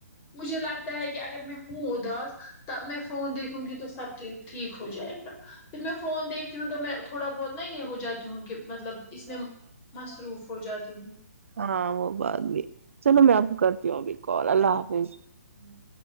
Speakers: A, on the left; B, on the right.
A: مجھے لگتا ہے کہ اگر میں ہوں اداس ت میں فون دیکھوں گ تو سب ٹھیک ہو جائے گا پھر میں فون دیکھتی ہوں تو میں تھوڑا بہت نا یہ ہو جاتی ہوں کہ مطلب اس میں مصروف ہو جاتی ہوں
B: ہاں وہ بات بھی چلو میں آپ کو کرتی ہوں ابھی کال اللہ حافظ
A: اوکے اللہ